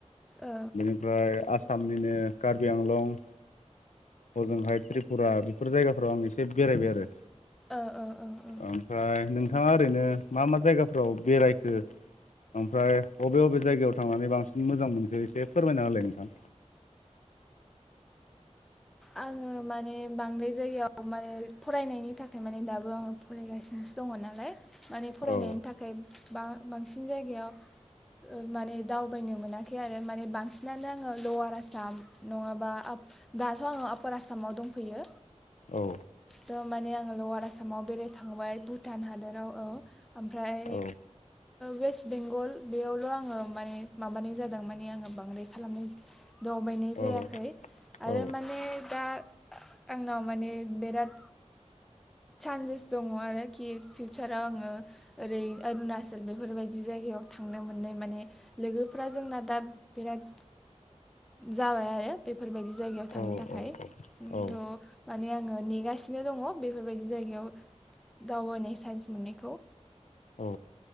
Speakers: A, in the centre; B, on the left.
A: औ
B: बेनिफ्राय आसामनिनो कार्बि आंलं हजोंहाय त्रिपुरा बेफोर जायगाफोराव आं एसे बेरायबाय आरो
A: ओ ओ ओ
B: ओमफ्राय नोंथाङा ओरैनो मा मा जायगाफ्राव बेरायखो ओमफ्राय बबे बबे जायगायाव थांनानै बांसिन मोजां मोनखो एसे फोरमायना होलाय नोंथां
A: आङो माने बांद्राय जायगायाव माने फरायनायनि थाखाय माने दाबो आङो फरायगासिनोसो दङ नालाय माने फरायनायनि
B: औ
A: थाखाय बा बांसिन जायगायाव माने दावबायनो मोनाखै आरो माने बांसिनानो आङो लवार आसाम नङाबा आप त आङो आपार आसामाव दंफैयो
B: औ
A: त माने आं लवार आसामाव बेरायखांबाय भुटान हादराव औ ओमफ्राय।
B: औ
A: वेस्ट बेंगल बेयावल आङो माने माबानाय जादों माने आङो बांद्राय खालामनाय दावबायनाय
B: औ
A: जायाखै आरो
B: औ
A: मान। दा आंनाव माने बिराद सान्सेस दङ आरोखि फिउचाराव आङो ओरै अरुणाचल बेफोरबायदि जायगायाव थांनो मोननाय माने लोगोफ्रा जोंना दा बिराद जाबाय आरो बे फोरबायदि जायगायाव थांनो
B: औ
A: थाखाय
B: औ
A: थ' माने आङो नेगासिनो दङ बे बेफोरबायदि जायगायाव दावगानाय साइन्स मोननायखौ
B: औ